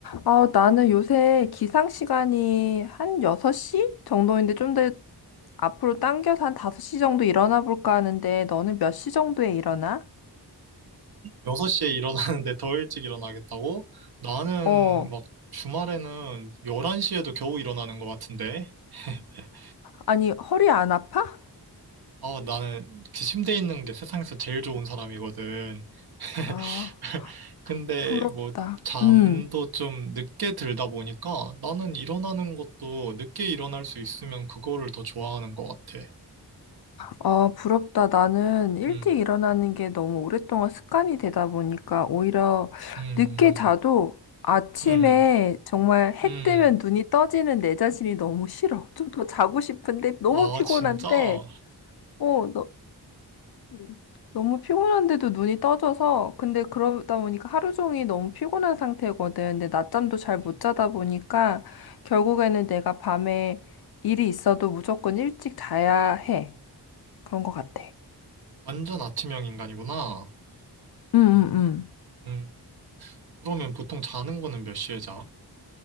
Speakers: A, on the left (about 65°); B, on the right (about 65°).
A: 아, 나는 요새 기상 시간이 한 6시 정도인데 좀 더 앞으로 당겨서 한 5시 정도 일어나 볼까 하는데 너는 몇 시 정도에 일어나?
B: 6시에 일어나는데 더 일찍 일어나겠다고? 나는
A: 어,
B: 막 주말에는 11시에도 겨우 일어나는 것 같은데. <laughs>
A: 아니, 허리 안 아파?
B: 아, 나는 그 침대에 있는 게 세상에서 제일 좋은 사람이거든. <laughs>
A: 아,
B: 근데
A: 부럽다.
B: 뭐 잠도
A: 음,
B: 좀 늦게 들다 보니까 나는 일어나는 것도 늦게 일어날 수 있으면 그거를 더 좋아하는 것 같아.
A: 아, 부럽다. 나는 일찍
B: 음,
A: 일어나는 게 너무 오랫동안 습관이 되다 보니까 오히려
B: 음,
A: 늦게 자도 아침에
B: 음,
A: 정말 해
B: 음.
A: 뜨면
B: 음.
A: 눈이 떠지는 내 자신이 너무 싫어. 좀 더 자고 싶은데 너무
B: 아,
A: 피곤한데
B: 진짜? 어,
A: 어, 음. 너무 피곤한데도 눈이 떠져서 근데 그러다 보니까 하루 종일 너무 피곤한 상태거든. 근데 낮잠도 잘
B: 음,
A: 못 자다 보니까 결국에는
B: 음. 음.
A: 내가 밤에 일이 있어도 무조건 일찍 자야 해. 그런 것 같아.
B: 완전 아침형 인간이구나.
A: 응,
B: 음,
A: 응, 응.
B: 음. 그러면 보통 자는 거는 몇 시에 자?